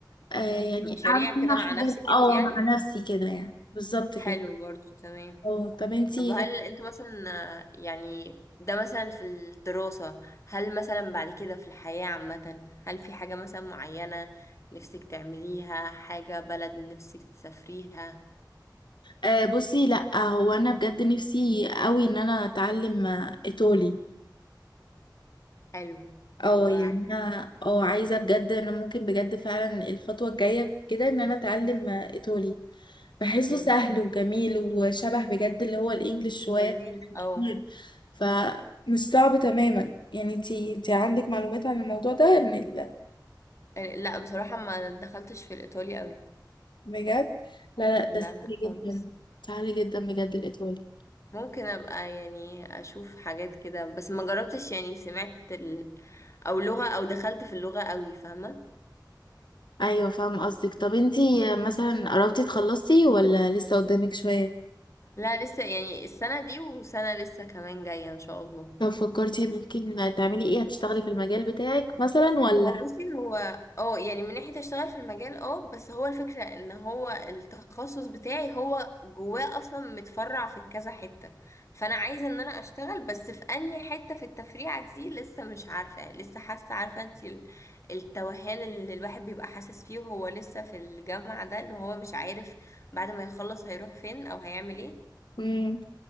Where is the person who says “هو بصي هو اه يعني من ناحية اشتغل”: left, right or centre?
Left